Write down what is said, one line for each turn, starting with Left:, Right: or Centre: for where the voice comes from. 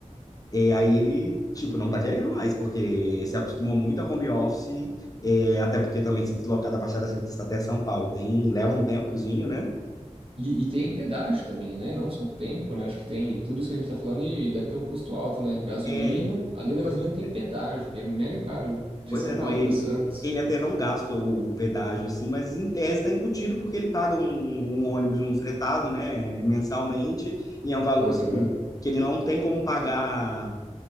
Left: É, aí ele, tipo, não tá querendo mais, porque se acostumou muito a home office, é, até porque também se deslocar da Baixada Santista até São Paulo tem, leva um tempozinho, né?
Right: E, e tem pedágio também, né? Não só tempo, né? Acho que tem tudo isso que a gente tá falando e deve ter um custo alto, né? Gasolina,
Left: É,
Right: além da
Left: pois
Right: gasolina tem
Left: é,
Right: pedágio, que é mega caro de
Left: pois
Right: São
Left: é, não,
Right: Paulo
Left: ele,
Right: para Santos.
Left: ele até não gasta o, o pedágio, assim, mas em tese tá embutido porque ele paga um, um ônibus, um fretado, né, mensalmente, e é um valor,
Right: Aham.
Left: assim, que ele não tem como pagar,